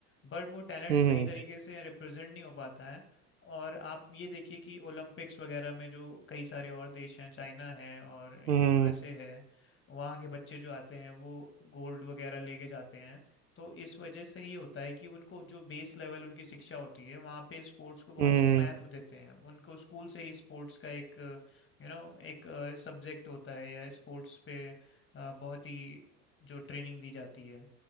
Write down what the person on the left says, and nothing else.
बट वो टैलेंट
सही तरीके से रिप्रेजेंट नहीं हो पाता है और आप ये देखिए कि ओलंपिक्स वगैरह में जो कई सारे और देश हैं चाइना है और
यूएसए है वहाँ के बच्चे जो आते हैं वो गोल्ड वगैरह लेके जाते हैं तो इस वजह से ही होता है कि उनको जो बेस लेवल उनकी शिक्षा होती है वहाँ पे स्पोर्ट्स को बहुत
महत्व देते हैं उनको स्कूल से ही स्पोर्ट्स का एक यू नो एक सब्जेक्ट होता है या स्पोर्ट्स पे अ, बहुत ही जो ट्रेनिंग दी जाती है